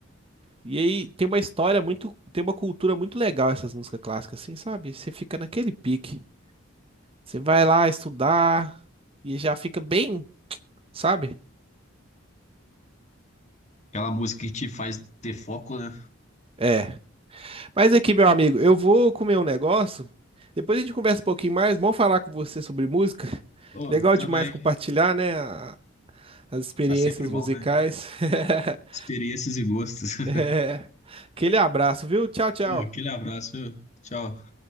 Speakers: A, on the right; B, on the left.
A: E aí tem uma história muito, tem uma cultura muito legal essas músicas clássicas, assim, sabe? Você fica naquele pique. Você vai lá estudar e já fica bem, sabe?
B: Aquela música que te faz ter foco, né?
A: É. Mas aqui, meu amigo, eu vou comer um negócio. Depois a gente conversa um pouquinho mais. Vamos falar com você sobre música. <laughs>
B: Oh,
A: Legal
B: também.
A: demais compartilhar, né? a- As experiências
B: Tá sempre bom,
A: musicais.
B: né?
A: <laughs>
B: Experiências e gostos. <laughs>
A: É. Aquele abraço, viu? Tchau, tchau.
B: Ô, aquele abraço, viu? Tchau.